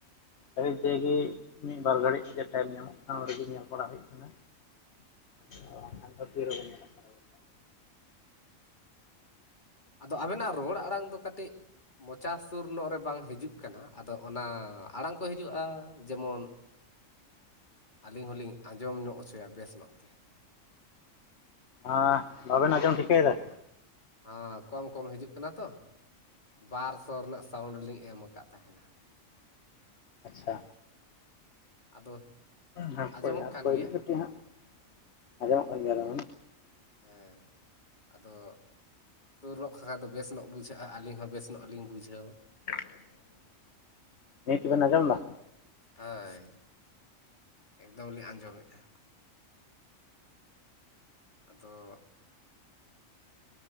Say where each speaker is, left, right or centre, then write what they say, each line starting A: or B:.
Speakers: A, on the left (about 55°); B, on the left (about 35°).
A: <unintelligible> ᱢᱤᱫ ᱵᱟᱨ ᱜᱷᱟᱹᱲᱤᱡ ᱛᱮᱜᱮ ᱴᱟᱭᱤᱢ ᱧᱟᱢᱚᱜ ᱠᱟᱱᱟ ᱚᱸᱰᱮ ᱜᱮ ᱧᱮᱞ ᱵᱟᱲᱟ ᱦᱩᱭᱩᱜ ᱠᱟᱱᱟ ᱟᱨ ᱵᱟᱝᱠᱷᱟᱱ ᱫᱚ ᱛᱤ ᱨᱮᱵᱮᱱ ᱧᱮᱞᱟ ᱥᱟᱨᱟ ᱜᱷᱚᱱᱴᱟ ᱜᱮ᱾
B: ᱟᱫᱚ ᱟᱵᱮᱱᱟᱜ ᱨᱚᱲ ᱟᱲᱟᱝ ᱫᱚ ᱠᱟᱹᱴᱤᱜ ᱢᱚᱪᱟ ᱥᱩᱨ ᱱᱚᱜ ᱨᱮ ᱵᱟᱝ ᱦᱤᱡᱩᱜ ᱠᱟᱱᱟ ᱟᱫᱚ ᱚᱱᱟ ᱟᱲᱟᱝ ᱠᱚ ᱦᱤᱡᱩᱜᱼᱟ ᱡᱮᱢᱚᱱ ᱟᱹᱞᱤᱧ ᱦᱚᱞᱤᱧ ᱟᱸᱡᱚᱢ ᱱᱚᱜ ᱦᱚᱪᱚᱭᱟ ᱵᱮᱥ ᱱᱚᱜ ᱛᱮ
A: ᱟᱻ ᱵᱟᱵᱮᱱ ᱟᱸᱡᱚᱢ ᱴᱷᱤᱠᱟᱹᱭ ᱫᱟ
B: ᱦᱚᱸ ᱠᱚᱢ ᱠᱚᱢ ᱦᱤᱡᱩᱜ ᱠᱟᱱᱟ ᱛᱚ ᱵᱟᱨ ᱥᱚ ᱨᱮᱱᱟᱜ ᱥᱟᱣᱩᱱᱰ ᱞᱤᱧ ᱮᱢ ᱟᱠᱟᱜ ᱛᱟᱦᱮᱱᱟ
A: ᱟᱪᱪᱷᱟ
B: ᱟᱫᱚ
A: ᱦᱟᱯᱮ
B: ᱟᱸᱡᱚᱢᱚᱜ
A: ᱦᱟᱯᱮ
B: ᱠᱟᱱ ᱜᱮᱭᱟ
A: ᱠᱟᱹᱴᱤᱡ ᱦᱟᱸᱜ ᱟᱸᱡᱚᱢᱚᱜ ᱠᱟᱱ ᱜᱮᱭᱟ <unintelligible>
B: ᱦᱮᱸ ᱟᱫᱚ <unintelligible> ᱵᱮᱥ ᱱᱚᱜ ᱵᱩᱡᱷᱟᱹᱜᱼᱟ ᱟᱹᱞᱤᱧ ᱦᱚᱸ ᱵᱮᱥ ᱱᱚᱜ ᱞᱤᱧ ᱵᱩᱡᱷᱟᱹᱣᱼᱟ
A: <inaudible> ᱱᱤᱛ ᱵᱮᱱ ᱟᱸᱡᱚᱢ ᱫᱟ
B: ᱦᱳᱭ ᱮᱠᱫᱚᱢ ᱞᱤᱧ ᱟᱸᱡᱚᱢ ᱮᱜᱼᱟ ᱟᱫᱚᱻ